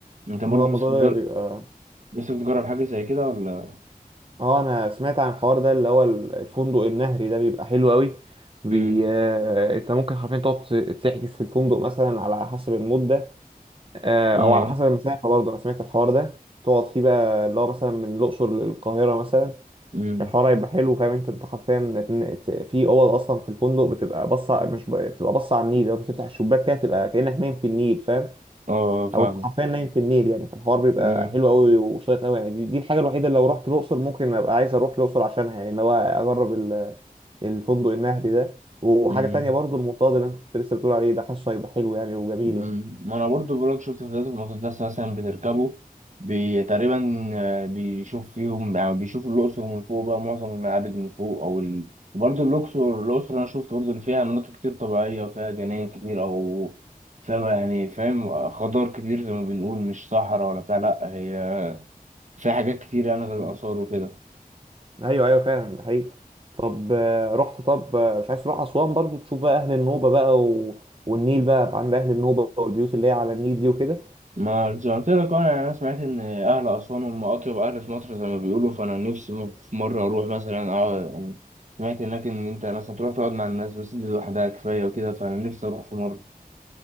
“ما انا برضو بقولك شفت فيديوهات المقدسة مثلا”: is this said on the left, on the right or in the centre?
Right